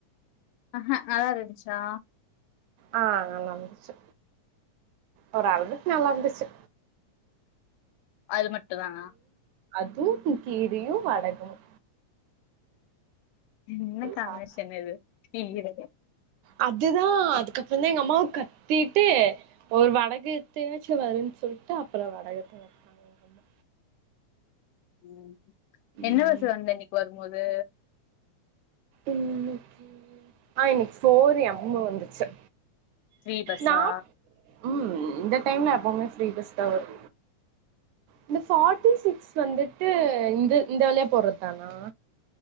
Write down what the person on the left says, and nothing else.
ஆ நல்லாருந்துச்சா
அது மட்டும் தான
என்ன காம்மினேஷன்
இது கீர
உம் என்ன
பஸ்ல வந்த இன்னைக்கு வரும்போது
ஃபிரி பஸ்ஸா